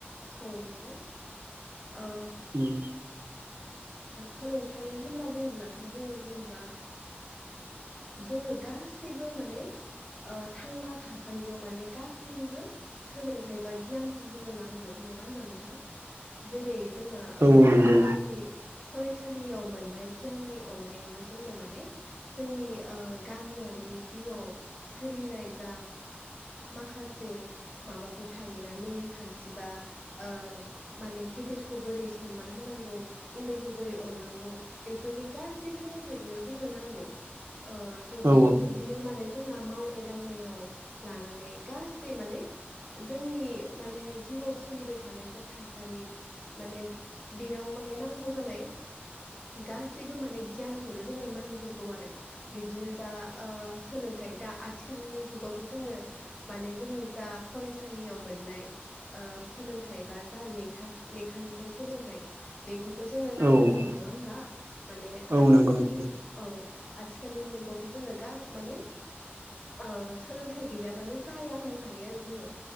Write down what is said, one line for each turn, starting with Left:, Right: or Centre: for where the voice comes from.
Left: औ नंगौ। ओ
Right: उम।
Left: सोलोंथाइ होनना बुङोब्लाथ' जोङो जेनेबा जोंनो गासैबो माने थांना थासान्दियाव माने गासैनिबो सोलोंथाइ बा गियानखौ जोंनो नांगौ। नङा होनबा नोंथां जेरै जोंना
Right: औ नंगौ
Left: फरायसालि फरायसालियाव मोननाय गियाननि अनगायैबो जोंनो माने जोंनि गामियारि जिउआव सोलिनाय जा माखासे माबाफोर थायोना नेमखान्थि बा ओ माने गिदिरखौ बोरै सनमान होनांगौ। उन्दैखौ बोरै अननांगौ बेफोरनि गासै सोलोंथाइखौनो जोंनो नांगौ। ओ थ'
Right: औ
Left: बिदिनो माने जोंना मावनाय दांनायाव लानानै गासै माने जोंनि माने जिउआव सोलिबाय थानाय जा थासारि माने बेयाव माने नांगौ। गौ जानाय गासैबो माने गियानखौनो जोंनो नांजोबगौ आरो बिदिनो दा ओ सोलोंथ नाथाय दा आथिखालनि जुगावथ' जोंनो माने जोंनि जा फरायसालियाव मोननाय ओ सोलोंथाइ बा जा लेखा लेखानिफ्राय सोलोंथाइ बेखौ थ' जोंनो नांथारगौ
Right: औ
Left: नङा होनबा माने
Right: औ
Left: आथिखालनि
Right: नंगौ नोंथां
Left: औ। आथिखालनि मुलुगावथ' जोंनो गा माने ओ सोलोंथाइ गैयाबानो जाया होननो हायो आरो जोङो